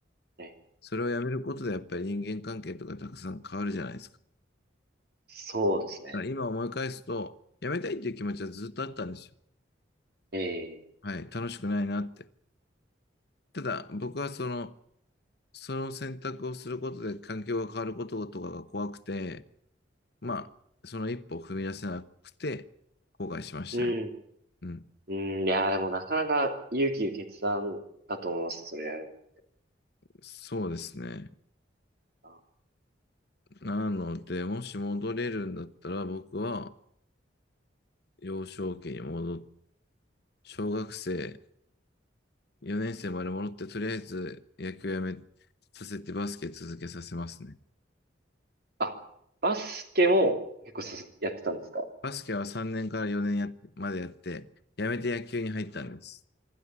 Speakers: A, on the right; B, on the left.
A: ええ
B: それをやめることでやっぱり人間関係とかたくさん変わるじゃないですか。
A: そうですね。
B: だから今思い返すと、やめたいっていう気持ちはずっとあったんですよ。
A: ええ
B: はい。楽しくないなって。ただ僕はその、その選択をすることで環境が変わることとかが怖くて、まあ、
A: うん、
B: その一歩を踏み出せなくて後悔しましたね。
A: うん。
B: うん、
A: うん、いや、でもなかなか勇気いる決断だと思います、それやる
B: そうですね。
A: のは。
B: なので、もし戻れるんだったら、僕は幼少期に戻っ、小学生4年生まで戻って、とりあえず野球やめさせてバスケ続けさせますね。
A: あ、バスケも結構すやってたんですか
B: バスケは3年から4年やっまでやって、やめて野球に入ったんです。